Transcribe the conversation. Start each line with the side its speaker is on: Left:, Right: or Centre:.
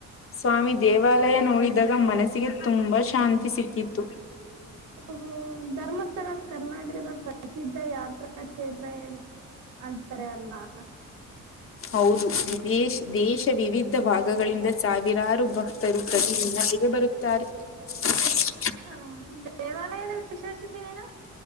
Left: ಸ್ವಾಮಿ ದೇವಾಲಯ ನೋಡಿದ ದಾಗ ಮನಸ್ಸಿಗೆ ತುಂಬಾ ಶಾಂತಿ ಸಿಕ್ಕಿತ್ತು.
Right: ಹ ಧರ್ಮಸ್ಥಳ ಕರ್ನಾಟಕದ ಪ್ರಸಿದ್ಧ ಯಾತ್ರಾ ಕ್ಷೇತ್ರ ಏನ್ ಅಂತಾರೆ ಅಲ್ವಾ.
Left: ಹೌದು ದೇಶ್ ದೇಶ ವಿವಿಧ ಭಾಗಗಳಿಂದ ಸಾವಿರಾರು ಭಕ್ತರು ಪ್ರತಿ ದಿನಲ್ಲಯೇ ಬರುತ್ತಾರೆ. <inaudible>
Right: ಹಾ ದೇವಾಲಯದ ವಿಶೇಷತೆ ಏನು.